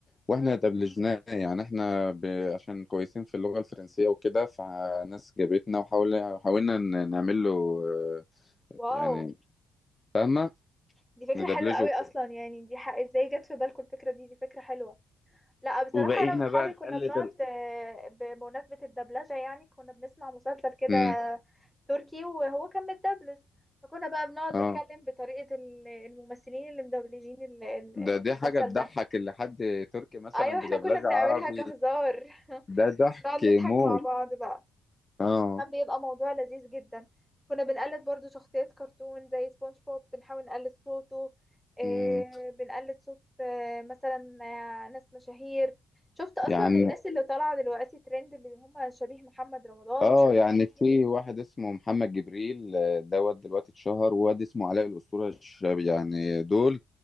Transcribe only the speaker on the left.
واحنا
اتقبلجناه يعني احنا ب... عشان كويسين في اللغة الفرنسية وكده فناس جابتنا وحاولنا حاولنا ن- نعمل له آه،
يعني فاهمة
ندبلجه
وكده
وبقينا
بقى نقلد
ال...
امم
اه
ده
دي حاجة تضحك
اللي حد تركي مثلا
بدبلجة
عربي
ده ضحك
موت
اه
امم
يعني
اه
يعني
في واحد اسمه محمد جبريل آه، دوت دلوقتي اتشهر وواد اسمه علاء الأسطورة الشاب يعني دول